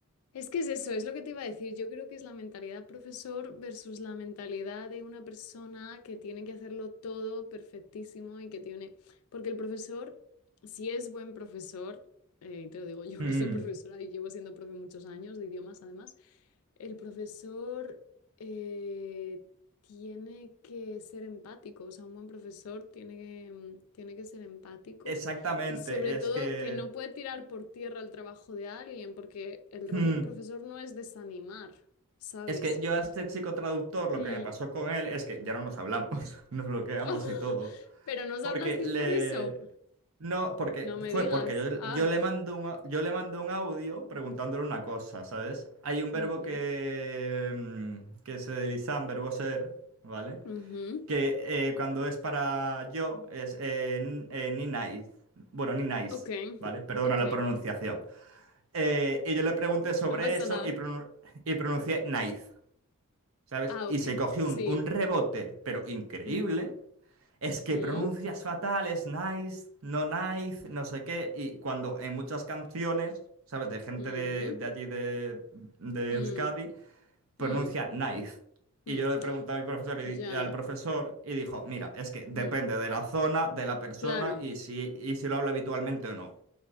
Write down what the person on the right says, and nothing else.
Mm,
Exactamente,
es que...
Mm.
Es que yo a este chico traductor lo
que me pasó con él es que ya no nos hablamos, <laughs> nos bloqueamos
y todo.
Porque
le...
No, porque
fue
porque yo,
yo le mando un, au- yo le mando un audio preguntándole una cosa, ¿sabes? Hay un verbo
que, mm, que se desliza en verbo ser, ¿vale?
Que eh, cuando es para yo es eh, n- eh, ni nice. Bueno, ni nice,
¿vale? Perdona
la pronunciación. Eh, y yo le pregunté sobre
eso
y, pronu- y pronuncié nice. ¿sabes?
Y
se cogió
un, un rebote, pero increíble.
Es que
pronuncias fatal, es nice, no nice, no sé qué. Y cuando en muchas canciones, ¿sabes? De gente
de, de allí de, de
Euskadi,
pronuncia nice. Y
yo le pregunté a mi profesor y
di- al profesor y dijo, mira, es que depende
de la zona, de la persona
y si, y si lo habla habitualmente o no.